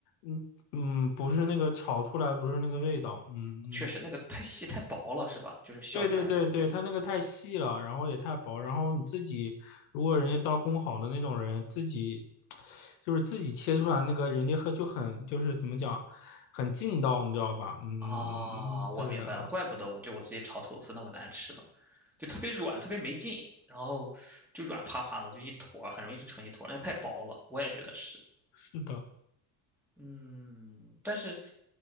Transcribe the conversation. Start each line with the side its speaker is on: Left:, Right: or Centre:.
Left: 嗯嗯，不是那个炒出来，不是那个味道，嗯
Centre: 确实那个太细太薄了，
Left: 嗯，
Centre: 是吧？就是削出来的那个东西。
Left: 对对对对，它那个太细了，然后也太薄，然后你自己如果人家刀工好的那种人，自己就是自己切出来那个，人家很就很就是怎么讲，很劲道，你知道吧？嗯嗯嗯嗯，
Centre: 啊，我明白了，
Left: 对啊，
Centre: 怪不得我就我直接炒土豆丝那么难吃呢，就特别软，特别没劲，然后就软趴趴的，就一坨儿很容易就成一坨儿那太薄了，我也觉得是。
Left: 是的。
Centre: 嗯，但是